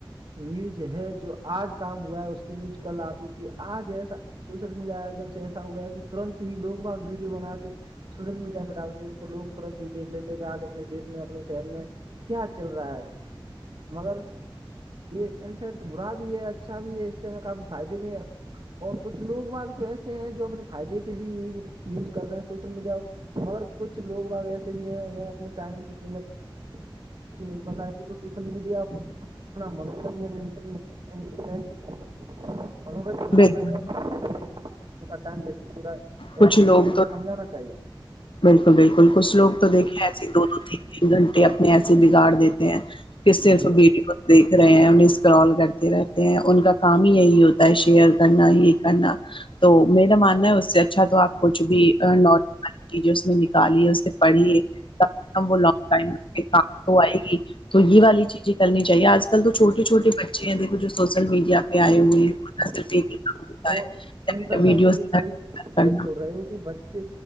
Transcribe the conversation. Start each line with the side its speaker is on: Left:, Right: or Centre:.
Right: نیوز ہے جو آج کام ہوا ہے اس کی نیوز کل آتی تھی آج ایسا سوشل میڈیا جب سے ایسا ہوا ہے کہ ترنت ہی لوگ باگ ویڈیو بنا کے سوشل میڈیا پہ ڈالتے تھے تو لوگ ترنت ہی دیکھ لیتے ہیں کہ آج اپنے دیش میں اپنے شہر میں کیا چل رہا ہے مگر یہ انفیکٹ برا بھی ہے اچھا بھی ہے اس سے ہم کافی فائدے بھی ہے اور کچھ لوگ واگ تو ایسے ہیں جو اپنے فائدے کے لیے یوز کر رہے ہیں سوشل میڈیا مگر کچھ لوگ باگ ایسے بھی ہیں انہیں اپنے ٹائم کی قیمت کہ نہیں پتا ہےب تو سوشل میڈیا پر اپنا منورنجن انٹرنی ال <unintelligible> انور دن
Left: بالکل
Right: کر رہے ہیں جس سے ان کا ٹائم دیتی تھورا <unintelligible> ایس
Left: کچھ لوگ
Right: لووں کو ہمیں
Left: تو
Right: سمجانا چاہیے
Left: بالکل بالکل کچھوگ تو دھیں ایسے دو دو تین تین گھنٹے اپنے ایسے بگاڑ دیتے ہیں کس
Right: جی
Left: دن سے بیٹی پ دیکھ رہے ہیں انہیں اسکرال کرتے رہتے ہیں ان کا کام ہی یہی ہوتا ہے شیئر کرنا یہ کرنا تو میرا ماننا ہے اس سے اچھا تو آپ کچھ بھی کییے اس میں نکالیے اسے پڑھیے ک وہ لانگ ٹائم کام آئے گی تو یہ والی چیزیں کرنی چاہیے آج کل تو چھوٹے چھوے بچے ہیں دیکو جو سوسل میڈیا پہ آئے
Right: جی
Left: ہوئے ہیں ہوتا
Right: اور
Left: ہے
Right: ان پیک
Left: ویڈیوز
Right: آپ یہ صحیح
Left: کرنا
Right: صحیح بول رہے ہو کہ بچے